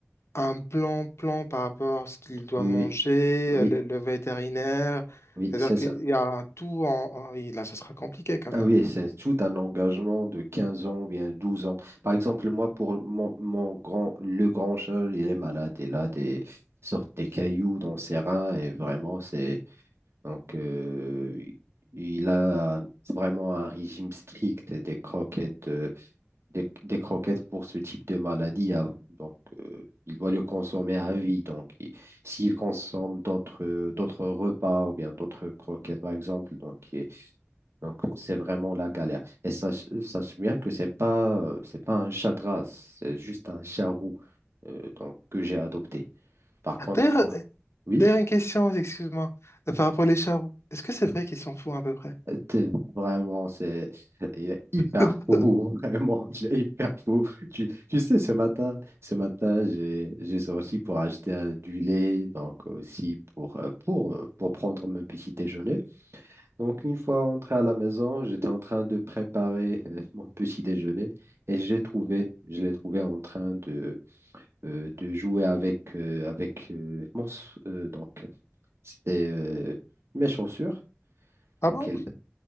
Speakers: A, on the left; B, on the right.
A: un plan plan par rapport à ce qu'il doit
B: oui,
A: manger,
B: oui,
A: euh, le, le vétérinaire.
B: oui,
A: C'est-à-dire
B: c'est
A: qu'il
B: ça.
A: y a un tout en, en- oui, là, ça sera compliqué quand
B: Ah
A: même.
B: oui, c'est tout un engagement de 15 ans ou bien 12 ans. Par exemple, moi, pour mon, mon grand, le grand chat, il est malade. Il a des sortes des cailloux dans ses reins et vraiment, c'est Donc, euh, il a vraiment un régime strict des croquettes, euh, des, des croquettes pour ce type de maladie. Ah, Donc, euh, il doit le consommer à vie. Donc, il- s'il consomme d'autres d'autres repas ou bien d'autres croquettes, par exemple, donc il- donc c'est vraiment la galère. Et ça sache bien que c'est pas euh, c'est pas un chat de race, c'est juste un chat roux euh, donc, que j'ai adopté. Par
A: Ah,
B: contre,
A: D'ailleurs,
B: pour
A: euh,
B: oui.
A: d'ailleurs, une question, excuse-moi, euh, par rapport aux charros. Est-ce que c'est vrai qu'ils s'en foutent à peu près?
B: T'es- Vraiment, c'est, il est hyper
A: <laughs>
B: fou, <laughs> vraiment, il est hyper fou. Tu, tu sais, ce matin, ce matin, j'ai, j'ai sorti pour acheter euh, du lait, donc aussi pour, euh, pour, euh, pour prendre mon petit déjeuner. Donc, une fois entré à la maison, j'étais en train de préparer euh, mon petit déjeuner et j'ai trouvé, je l'ai trouvé en train de, euh, de jouer avec, euh, avec euh, mon, s- euh, donc, c'était euh, mes chaussures.
A: Ah
B: Donc,
A: bon?
B: elle-